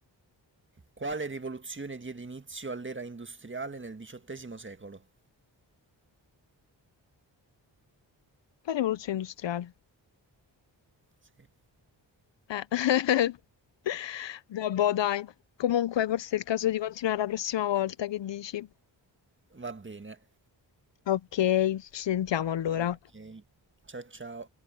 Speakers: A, on the right; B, on the left.
A: Quale rivoluzione diede inizio all'era industriale nel XVIII secolo?
B: La rivoluzione industriale.
A: Sì.
B: Eh. <laughs> Vabbè, dai. Comunque, forse è il caso di continuare la prossima volta, che dici?
A: Va bene.
B: Ok, ci sentiamo allora.
A: Ok. Ciao ciao.